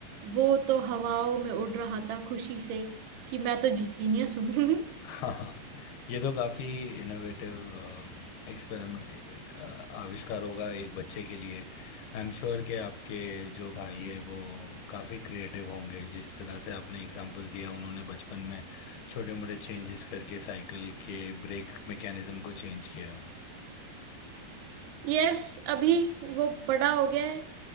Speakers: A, on the right; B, on the left.
A: वो तो हवाओं में उड़ रहा था खुशी से कि मैं तो जीनियस हूँ <laughs>
B: हाँ ये तो काफी इनोवेटिव एक्सपेरिमेंट आविष्कार होगा एक बच्चे के लिए आई एम श्योर कि आपके जो भाई है वो काफी क्रिएटिव होंगे जिस तरह से आपने एग्जांपल दिया उन्होंने बचपन में छोटे मोटे चेंजेस करके साइकिल के ब्रेक मैकेनिज्म को चेंज किया
A: यस अभी वो बड़ा हो गया है